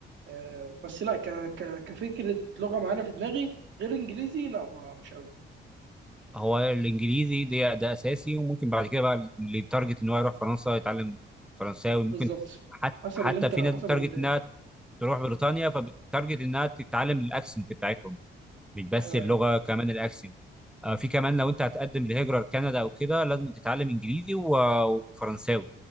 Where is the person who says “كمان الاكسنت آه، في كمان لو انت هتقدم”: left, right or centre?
Centre